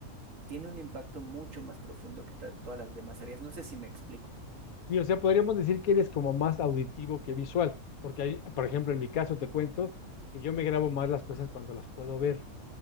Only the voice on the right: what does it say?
tiene un impacto mucho más profundo que to- todas las demás áreas. No sé si me explico.